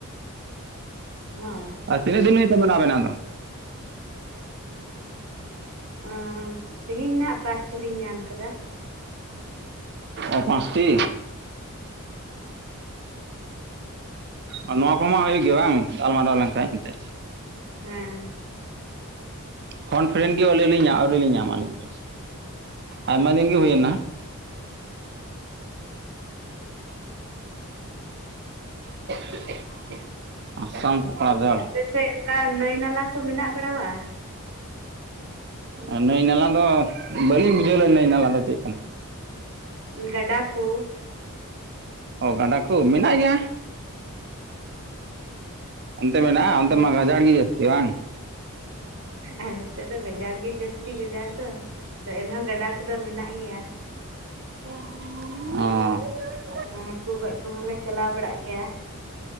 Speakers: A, on the right (about 75°); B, on the right (about 50°).
A: ᱦᱟᱸ
B: ᱟᱨ ᱛᱤᱱᱟᱹᱜ ᱫᱤᱱ ᱠᱷᱚᱱ ᱢᱮᱱᱟᱜ ᱵᱮᱱᱟ ᱟᱫᱚ
A: ᱚᱸ ᱛᱮᱦᱮᱧ ᱱᱷᱟᱜ ᱯᱟᱸᱥᱴᱤ ᱞᱤᱧ ᱧᱟᱢ ᱠᱟᱫᱟ
B: ᱚ ᱯᱟᱸᱥᱴᱤ
A: <unintelligible>
B: ᱚᱸ ᱱᱚᱣᱟ ᱠᱚᱢᱟ ᱦᱩᱭᱩᱜ ᱜᱮᱭᱟ ᱵᱟᱝ ᱜᱟᱞᱢᱟᱨᱟᱣ ᱞᱮᱱᱠᱷᱟᱡ ᱮᱱᱛᱮᱫ
A: ᱦᱮᱸ
B: ᱯᱷᱳᱱ ᱯᱷᱮᱨᱮᱱᱰ ᱜᱮ ᱟᱹᱞᱤᱧ ᱞᱤᱧ ᱟᱹᱣᱨᱤ ᱞᱤᱧ ᱧᱟᱢ ᱟᱹᱞᱤᱧ ᱢᱟ ᱟᱭᱢᱟ ᱫᱤᱱ ᱜᱮ ᱦᱩᱭᱮᱱᱟ <unintelligible> ᱟᱥᱟᱢ ᱠᱚᱠᱲᱟ
A: ᱦᱩᱸ
B: ᱫᱷᱟᱲ
A: ᱟᱯᱮᱥᱮᱫ ᱚᱝᱠᱟ ᱱᱟᱹᱭ ᱱᱟᱞᱟ ᱠᱚ ᱢᱮᱱᱟᱜ ᱵᱟᱲᱟᱣᱟ?
B: ᱟᱨ ᱱᱟᱹᱭ ᱱᱟᱞᱟ ᱫᱚ ᱵᱟᱹᱞᱤᱧ ᱵᱩᱡᱷᱟᱹᱣ ᱞᱮᱜᱼᱟ ᱱᱟᱹᱭ ᱱᱟᱞᱟ ᱫᱚ ᱪᱮᱫ ᱠᱟᱱᱟ
A: ᱜᱟᱰᱟ ᱠᱳ
B: ᱚ ᱜᱟᱰᱟ ᱠᱚ ᱢᱮᱱᱟᱜ ᱜᱮᱭᱟ ᱚᱱᱛᱮ ᱢᱮᱱᱟ
A: ᱦᱮᱸ
B: ᱟᱛᱮ ᱢᱟ ᱜᱟᱡᱟᱲ ᱜᱮ ᱡᱟᱥᱛᱤ ᱵᱟᱝ
A: ᱟᱨ ᱱᱤᱛᱚᱜ ᱫᱚ ᱜᱟᱡᱟᱲ ᱜᱮ ᱡᱟᱹᱥᱛᱤ ᱜᱟᱡᱟᱲ ᱫᱚ ᱟᱫᱚ ᱮᱱᱦᱚᱸ ᱜᱟᱰᱟ ᱠᱚᱫᱚ ᱢᱮᱱᱟᱜ ᱜᱮᱭᱟ
B: ᱚ
A: ᱟᱨ ᱦᱟᱹᱠᱩ ᱜᱚᱡ ᱠᱚᱦᱚᱸᱞᱮ ᱪᱟᱞᱟᱣ ᱵᱟᱲᱟᱜ ᱜᱮᱭᱟ